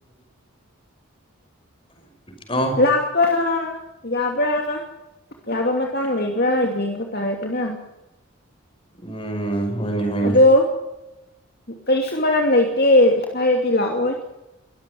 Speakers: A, on the left (about 25°); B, on the left (about 45°).
A: ꯑ
B: ꯂꯥꯛꯄ ꯌꯥꯕ꯭ꯔꯥ ꯌꯥꯕ ꯃꯇꯥꯡ ꯂꯩꯕ꯭ꯔꯥ ꯌꯦꯡꯕ ꯇꯥꯔꯦꯗꯅ
A: ꯎꯝ ꯍꯅꯦ ꯍꯣꯏꯅꯦ
B: ꯑꯗꯣ ꯀꯔꯤꯁꯨ ꯃꯔꯝ ꯂꯩꯇꯦ ꯍꯥꯏꯔꯗꯤ ꯂꯥꯛꯑꯣ